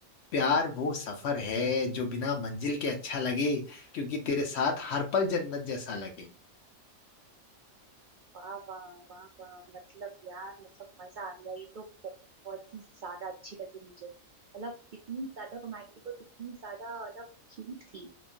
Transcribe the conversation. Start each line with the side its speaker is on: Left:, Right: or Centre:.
Left: प्यार वो सफर है जो बिना मंजिल के अच्छा लगे क्योंकि तेरे साथ हर पल जन्नत जैसा लगे
Right: वाह वाह वाह वाह मतलब यार मतलब मजा आ गया ये तो बहुत ही ज्यादा अच्छी लगी मुझे मतलब इतनी ज्यादा रोमांटिक और इतनी ज्यादा मतलब क्यूट थी